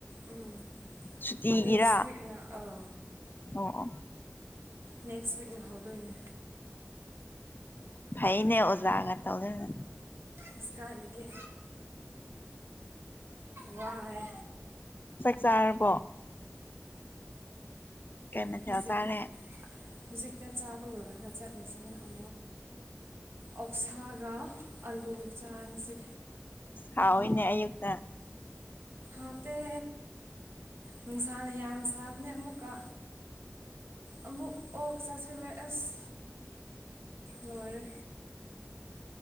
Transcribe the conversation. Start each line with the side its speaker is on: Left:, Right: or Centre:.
Right: ꯎꯝ
Left: ꯁꯨꯇꯤꯒꯤꯔꯥ
Right: ꯅꯦꯛꯁ ꯋꯤꯛꯅ ꯑꯥꯎ
Left: ꯑꯣ ꯑꯣ
Right: ꯅꯦꯛꯁ ꯋꯤꯛꯅ ꯍꯧꯗꯣꯏꯅꯦ
Left: ꯐꯩꯅꯦ ꯑꯣꯖꯥꯒ ꯇꯧ ꯂꯩꯦꯅꯪ
Right: ꯑꯁꯀꯥ ꯂꯩ ꯋꯥꯦ
Left: ꯆꯥꯔꯔꯕ ꯃꯊꯦꯜ
Right: ꯍꯧꯖꯤꯛ
Left: ꯆꯥꯔꯦ
Right: ꯍꯧꯖꯤꯛ ꯆꯥꯕ ꯆꯠꯂꯁꯤꯅꯦ ꯎ ꯑꯣꯛꯁꯥꯒ ꯑꯥꯂꯨꯒ ꯆꯥꯡꯁꯦ
Left: ꯁꯥꯑꯣꯏꯅꯦ ꯑꯌꯨꯛꯇ
Right: ꯐꯥꯎꯇꯦ ꯅꯨꯡꯁꯥꯅ ꯌꯥꯝ ꯁꯥꯕꯅꯦ ꯑꯃꯨꯛꯀ ꯑꯃꯨꯛ ꯑꯣꯛ ꯆꯥꯁꯤꯜꯂꯦ ꯑꯁ ꯂꯣꯏꯔꯦ